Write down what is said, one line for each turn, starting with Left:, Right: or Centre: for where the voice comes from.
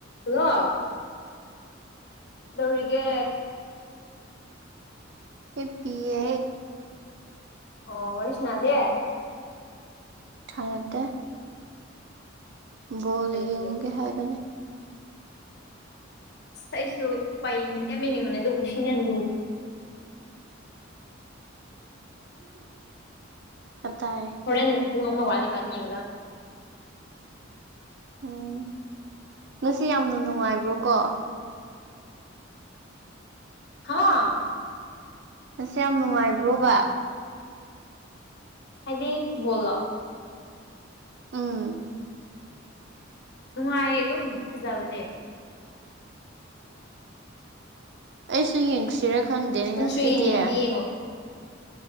Left: ꯍꯜꯂꯣ ꯗꯨꯔꯤꯒꯦ
Right: ꯍꯤꯞꯄꯤꯌꯦ
Left: ꯑꯣ ꯋꯔꯤꯁꯅꯥꯗꯦ
Right: ꯊꯅꯗꯦ ꯕꯣꯜ
Left: ꯀꯩꯒꯤ
Right: ꯌꯦꯡꯉꯨꯒꯦ ꯍꯥꯏꯕꯅꯤ
Left: ꯑꯩꯁꯨ ꯎꯄꯥꯏ ꯌꯦꯡꯗꯤ ꯌꯥꯝ ꯌꯦꯡꯅꯤꯡꯕꯅꯦ ꯑꯗꯨꯕꯨ ꯁꯤꯅ ꯍꯦꯟꯅ ꯂꯨꯒ꯭ꯔꯦ
Right: ꯑꯇꯥꯌꯦ
Left: ꯍꯧꯔꯦꯟ ꯄꯨꯡ ꯑꯃ ꯋꯥꯠꯂꯤꯀꯥꯟ ꯌꯦꯡꯒꯗꯧꯅꯦ
Right: ꯎꯝ ꯉꯁꯤ ꯌꯥꯝꯅ ꯅꯨꯡꯉꯥꯏꯕ꯭ꯔꯣ ꯀꯣ
Left: ꯍꯥ
Right: ꯑꯁ ꯌꯥꯝ ꯅꯨꯡꯉꯥꯏꯕ꯭ꯔꯣꯕ
Left: ꯍꯥꯏꯗꯤ ꯕꯣꯂꯣ
Right: ꯎꯝ
Left: ꯅꯨꯡꯉꯥꯏꯌꯦ ꯑꯗꯨꯝ ꯐꯖꯕꯅꯦ
Right: ꯑꯩꯁꯨ ꯌꯦꯡꯁꯤꯔ ꯈꯪꯗꯦ
Left: ꯅꯪꯁꯨ
Right: ꯉꯁꯤꯗꯤ
Left: ꯌꯦꯡꯅꯤꯡꯉꯗꯤ ꯌꯦꯡꯉꯣ